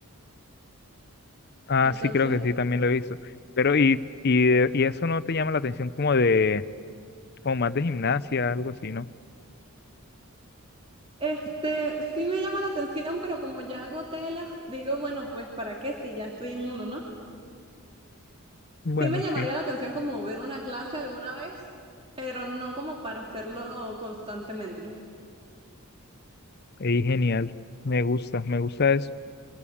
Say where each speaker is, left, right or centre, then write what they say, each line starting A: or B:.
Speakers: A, on the left; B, on the right.
A: Ah,
B: Entonces,
A: sí, creo que
B: bueno.
A: sí, también lo he visto. Pero, y, y, de- y eso no te llama la atención como de, como más de gimnasia, algo así, ¿no?
B: Este, sí me llama la atención, pero como ya hago telas, digo, bueno, pues ¿para qué si ya estoy en uno, no?
A: Bueno,
B: Sí me llamaría
A: sí.
B: la atención como ver una clase alguna vez, pero no como para hacerlo constantemente.
A: Y genial. Me gusta, me gusta eso.